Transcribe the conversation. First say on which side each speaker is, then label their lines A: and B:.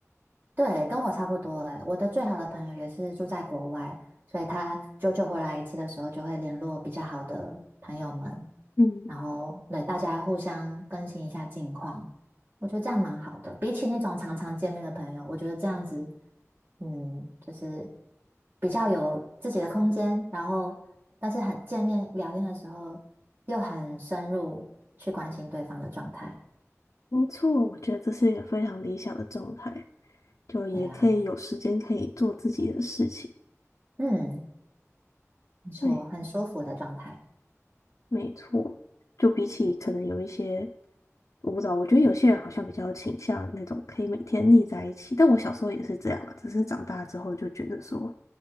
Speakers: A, on the right (about 40°); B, on the left (about 75°).
A: 对，跟我差不多诶。我的最好的朋友也是住在国外，所以他久久回来一次的时候，就会联络比较好的朋友们，
B: 嗯。
A: 然后对大家互相更新一下近况。我觉得这样蛮好的，比起那种常常见面的朋友，我觉得这样子，嗯，就是比较有自己的空间，然后但是很见面聊天的时候又很深入去关心对方的状态。
B: 没错，我觉得这是一个非常理想的状态，就也可以有时间可以做自己的事情。
A: 对啊，嗯。没错，
B: 对，
A: 很舒服的状态。
B: 没错，就比起可能有一些，我不知道，我觉得有些人好像比较倾向那种可以每天腻在一起，但我小时候也是这样啊，只是长大之后就觉得说，